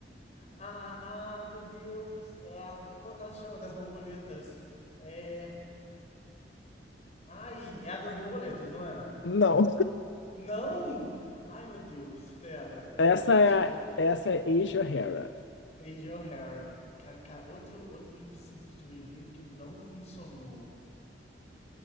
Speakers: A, on the left; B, on the left.
A: Ah, ah, meu Deus! É a. Como é que ela chama? Das borboletas. É. Ai, é a das borboletas, não é?
B: Não.
A: Não! Ai, meu Deus, pera. Então,
B: Essa
A: peraí,
B: é
A: deixa
B: a,
A: eu ver. o-
B: essa é Asia O'Hara.
A: AJ O'Hara. Ca- ca- Outro, outro lip sync de review que não funcionou.